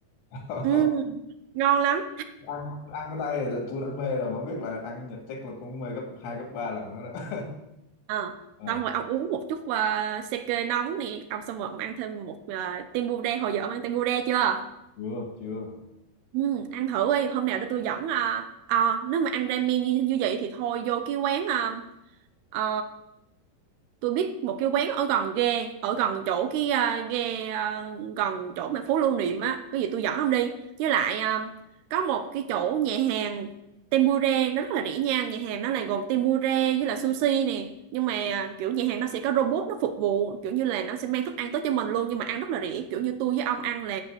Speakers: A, on the left; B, on the right.
A: <laughs>
B: ừ, ngon lắm
A: ăn ăn ở đây là tôi đã mê rồi mà biết là ăn ở Nhật chắc là cũng mê gấp hai gấp ba lần nữa đó.
B: Ờ,
A: <laughs>
B: xong rồi ông uống một chút uh, sake nóng nè ông xong rồi ông ăn thêm một uh, tempura hồi giờ ông ăn tempura chưa
A: chưa chưa
B: Ừ, ăn thử đi hôm nào để tôi dẫn à, à, nếu mà ăn ramen như như vậy thì thôi vô cái quán à, tôi biết một cái quán ở gần ghe ở gần chỗ cái à, ghe à, gần chỗ mà phố lưu niệm á cái gì tôi dẫn ông đi với lại à, có một cái chỗ nhà hàng tempura nó rất là rẻ nha nhà hàng nó là gồm tempura với là sushi nè nhưng mà à, kiểu nhà hàng nó sẽ có robot nó phục vụ kiểu như là nó sẽ mang thức ăn tới cho mình luôn nhưng mà ăn rất là rẻ kiểu như tôi với ông ăn là